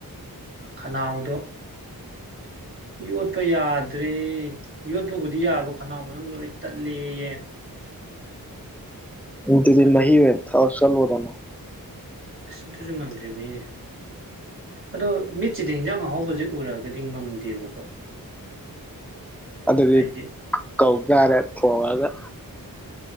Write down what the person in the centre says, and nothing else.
ꯎꯇꯗꯤꯅ
ꯑꯣꯏ ꯊ ꯀꯜ ꯑꯣꯏꯣꯗꯅ
ꯑꯗꯨꯗꯤ
ꯀꯧꯀꯔꯦ ꯊꯣꯡꯉꯒ